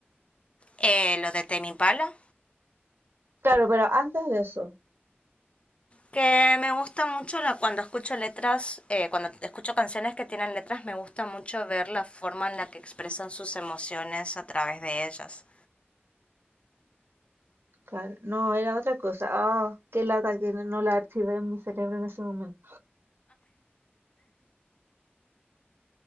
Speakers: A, on the left; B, on the right.
A: Eh, lo de Temi Impala,
B: Claro, pero antes de eso,
A: que me gusta mucho la- cuando escucho letras, eh, cuando escucho canciones que tienen letras, me gusta mucho ver la forma en la que expresan sus emociones a través de ellas.
B: claro, no, era otra cosa. Ah, qué lata que no no la activé en mi cerebro en ese momento.